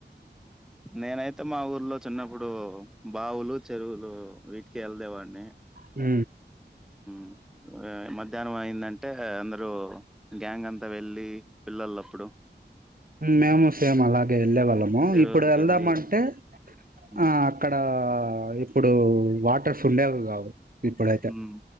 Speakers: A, in the centre; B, on the right (about 50°).
A: నేనైతే మా ఊర్లో చిన్నప్పుడు బావులు చెరువులు వీటికి వెళ్దేవాడిని
B: మ్
A: మ్ మధ్యాహ్నం అయిందంటే అందరు గ్యాంగ్ అంతా వెళ్ళి పిల్లలప్పుడు
B: మేము సేమ్ అలాగే వెళ్ళే వాళ్ళము
A: చెరువులకి
B: ఇప్పుడు వెళ్దామంటే
A: వెళ్ళి మ్మ్
B: ఆ అక్కడ ఇప్పుడు వాటర్స్ ఉండేవి కావు ఇప్పుడైతే,
A: మ్మ్.